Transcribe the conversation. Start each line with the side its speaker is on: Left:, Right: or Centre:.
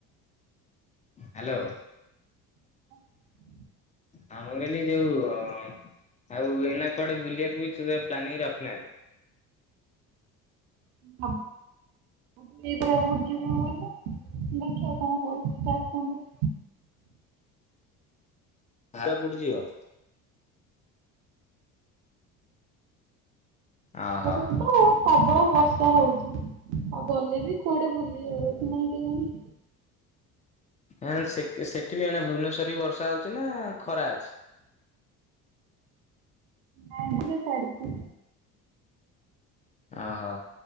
Left: ହାଲୋ।
Right: <inaudible>
Left: ଆ ମୁଁ କହିଲି ଯୋଉ ଆଉ ଏନା କୁଆଡ଼େ ବୁଲିବାକୁ ଯବେସେ ପ୍ଲାନିଂ ରଖିନାହାନ୍ତି?
Right: <unintelligible> ଅଛି ଏଥର କୋରାପୁଟ ଯିବୁ ବୋଲି ଦେଖିଆ କଣ ହଉଚି ସେଆସନ୍ତୁ।
Left: <unintelligible> ଯିବ? ଓହୋ
Right: ଏ ସବୁତ ପ୍ରବଳ ବର୍ଷା ହଉଚି ଆଉ ଗଲେବି କୁଆଡ଼େ ବୁଲି ହବକି ନାଇଁ। କେଜାଣି।
Left: ଏଇନା ସେଠ୍ ସେଠିବି ଏଇନା ଭୁବନେଶ୍ୱରରେ ବି ବର୍ଷା ହଉଚିନା ଖରା ଅଛି?
Right: ନାଇଁ ଟିକେ ଛାଡ଼ିଚି।
Left: ଓହୋ